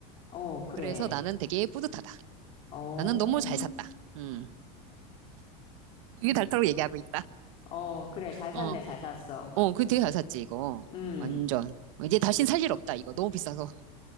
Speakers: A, on the left (about 30°); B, on the right (about 60°).
A: 어, 그래.
B: 그래서 나는 되게 뿌듯하다.
A: 어,
B: 나는 너무 잘 샀다. 음. 이게 닳다고 얘기하고 있다.
A: 어, 그래. 잘 샀네,
B: 어,
A: 잘 샀어.
B: 어, 그 되게 잘 샀지, 이거.
A: 음,
B: 완전. 이제 다신 살 일 없다, 이거. 너무 비싸서.